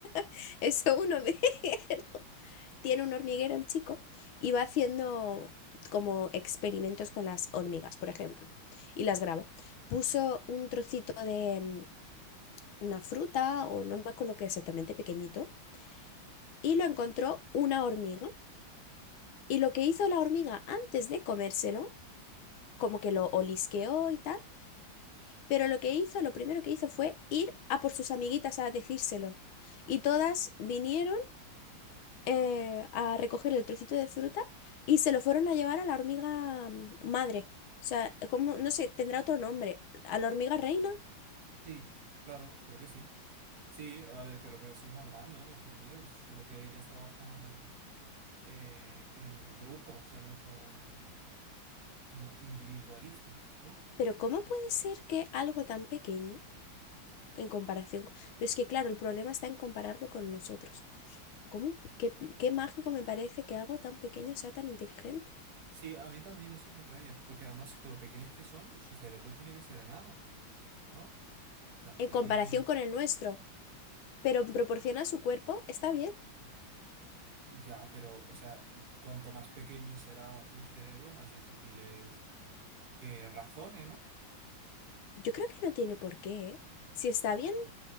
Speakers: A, on the left; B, on the right.
A: <laughs> eso, un hormiguero. <laughs> Tiene un hormiguero el chico y va haciendo como experimentos con las hormigas, por ejemplo, y las graba. Puso un trocito de mm, una fruta o no me acuerdo qué exactamente, pequeñito, y lo encontró una hormiga. Y lo que hizo la hormiga antes de comérselo, como que lo olisqueó y tal, Pero lo que hizo, lo primero que hizo fue ir a por sus amiguitas a decírselo. Y todas vinieron eh, a recoger el trocito de fruta y se lo fueron a llevar a la hormiga mm, madre. O sea, como, no sé, tendrá otro nombre, a la hormiga reina.
B: Sí, claro, creo que sí. Sí, a ver, pero pues eso es normal, ¿no? En las hormigas, es como que ellas trabajan eh, en grupo, o sea, no son in- individualistas, ¿no?
A: Pero ¿cómo puede ser que algo tan pequeño en comparación? co- Pero es que, claro, el problema está en compararlo con nosotros. ¿Cómo, p- qué, qué mágico me parece que algo tan pequeño sea tan inteligente?
B: Sí, a mí también eso me raya, porque además, de lo pequeñas que son, su cerebro tiene que ser enano, ¿no? O sea, no
A: En
B: tiene...
A: comparación con el nuestro. Pero en
B: cla-
A: proporción a su cuerpo, está bien.
B: Ya, pero, o sea, cuanto más pequeño será un cerebro, más difícil es que razone, ¿no?
A: Yo creo que no tiene por qué. ¿eh? Si está
B: No
A: bien,
B: sé.